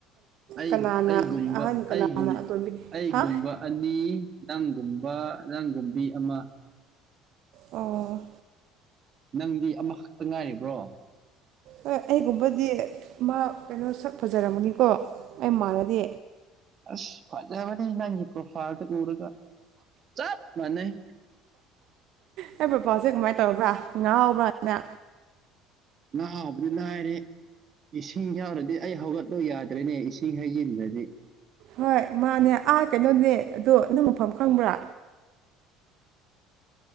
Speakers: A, on the right; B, on the right.
A: ꯑꯩ
B: ꯀꯅꯥꯅ
A: ꯑꯩꯒꯨꯝꯕ
B: ꯑꯍꯟ ꯀꯅꯥꯅ
A: ꯑꯩꯒꯨꯝ
B: ꯑꯇꯣꯝꯕꯤ
A: ꯑꯩꯒꯨꯝꯕ
B: ꯍꯥ
A: ꯑꯅꯤ ꯅꯪꯒꯨꯝꯕ ꯅꯪꯒꯨꯝꯕꯤ ꯑꯃ
B: ꯑꯣ
A: ꯅꯪꯗꯤ ꯑꯃꯈꯛꯇ ꯉꯥꯏꯔꯤꯕ꯭ꯔꯣ
B: ꯍꯣꯏ ꯑꯩꯒꯨꯝꯕꯗꯤ ꯃꯥ ꯀꯩꯅꯣ ꯁꯛ ꯐꯖꯔꯝꯕꯗꯤꯀꯣ ꯑꯩ ꯃꯥꯟꯅꯗꯤ
A: ꯑꯁ ꯐꯖꯕꯅꯤ ꯅꯪꯀ꯭ꯔꯣ ꯐꯗ ꯎꯔꯒ ꯆꯞ ꯃꯥꯟꯅꯩ
B: ꯑꯩ ꯕꯄꯁꯦ ꯀꯃꯥꯏꯅ ꯇꯧꯔꯕ꯭ꯔꯥ ꯉꯥꯎꯕ꯭ꯔꯅ
A: <unintelligible> ꯍꯥꯏꯔꯅꯦ ꯏꯁꯤꯡ ꯌꯥꯎꯔꯗꯤ ꯑꯩ ꯍꯧꯒꯠꯂ ꯌꯥꯗ꯭ꯔꯦꯅꯦ ꯏꯁꯤꯡ ꯍꯩꯖꯤꯟꯗꯗꯤ
B: ꯍꯣꯏ ꯃꯥꯅꯦ ꯑꯥ ꯀꯩꯅꯣꯅꯦ ꯑꯗꯣ ꯅ ꯃꯐꯝ ꯈꯪꯕ꯭ꯔꯥ